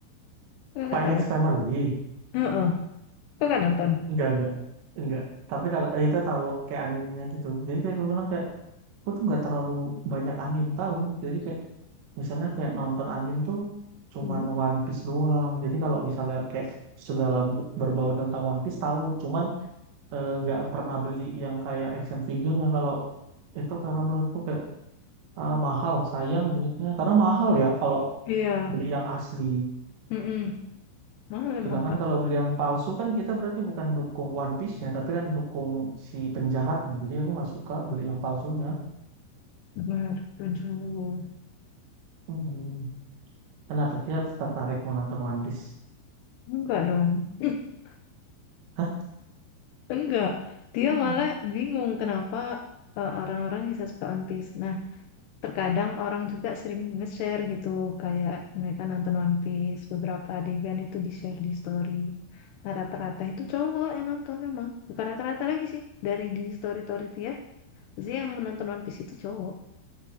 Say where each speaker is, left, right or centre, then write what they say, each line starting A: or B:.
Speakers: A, on the left; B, on the right.
A: Kakak
B: Spy
A: tahu?
B: X Family
A: Heeh. Kakak nonton?
B: Enggak, enggak, enggak. Tapi kalau eh, kita tahu kayak animenya gitu. Jadi kayak gue bilang kayak gue tuh nggak terlalu banyak anim tahu. Jadi kayak misalnya kayak nonton anim tuh cuman
A: Hmm.
B: One Piece doang. Jadi kalau misalnya kayak segala b- berbau tentang One Piece tahu, cuman eh, nggak pernah beli yang kayak action figure kalau itu karena menurutku kayak ah, mahal, sayang duitnya. Karena mahal ya kalau
A: Iya.
B: beli yang asli.
A: Mm-mm. Mahal
B: Sedangkan
A: emang kak.
B: kalau beli yang palsu kan kita berarti bukan dukung One Piece-nya, tapi kan dukung si penjahatnya. Jadi aku nggak suka beli yang palsunya.
A: Benar. Tujuh.
B: Hmm. Kenapa dia tertarik menonton One Piece?
A: Enggak dong. <laughs>
B: Hah?
A: Enggak. Dia
B: Hmm.
A: malah bingung kenapa uh, orang-orang bisa suka One Piece. Nah, terkadang orang juga sering nge-share gitu kayak mereka nonton One Piece beberapa adegan itu di-share di story nah, rata-rata itu cowok yang nonton memang bukan rata-rata lagi sih dari di story-story itu ya pasti yang menonton One Piece itu cowok